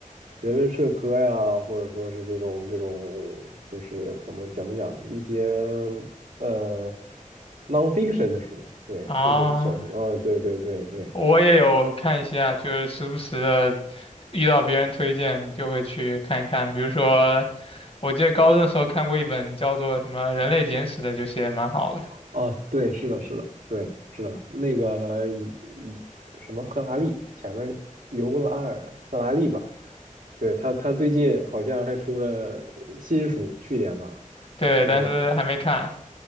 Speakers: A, on the right; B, on the left.
A: 人文社科呀，或者说是这种这种，就是怎么讲不讲一些呃 nonfiction 的书，对，
B: 啊，
A: 就是小说，呃，对对对对，
B: 我也有看一下，就是时不时的遇到别人推荐就会去看一看。比如说，我记得高中的时候看过一本叫做什么《人类简史》的，就写得蛮好的。
A: 啊，对，是的，是的，对，是的，那个一什么赫拉利前面尤拉尔赫拉利吧，对他他最近好像还出了新书，去年吧。
B: 对，
A: 就。
B: 但是还没看。